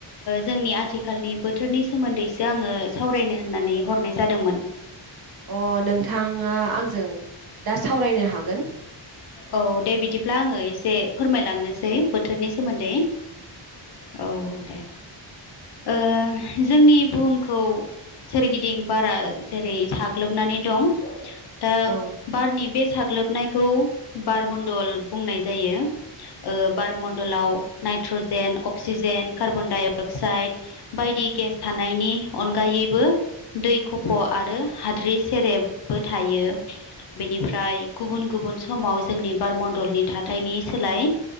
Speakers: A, on the left (about 55°); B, on the right (about 50°).
A: जोंनि आथिखालनि बोथोरनि सोमोन्दैसो आङो सावरा रायनो होननानै हरनाय जादोंमोन।
B: अ नोंथाङा आंजों दा सावरायनो हागोन।
A: औ दे बिदिब्ला आङो एसे फोरमायलांनोसै बोथोरनि सोमोन्दै। औ दे ओ जोंनि बुहुमखौ सोरगिदिं बारा जेरै साग्लोबनानै दं दा
B: औ
A: बारनि बे साग्लोबनायखौ बार मडल बुंनाय जायो। ओ बारमडलाव nitrogen oxygen carbon dioxide बायदि गेस थानायनि अनगायैबो दै खफ' आरो हाद्रि सेरेबबो थायो। यो बिनिफ्राय गुबन गुबन समाव जोंनि बारमडलनि थााथायनि सोलाय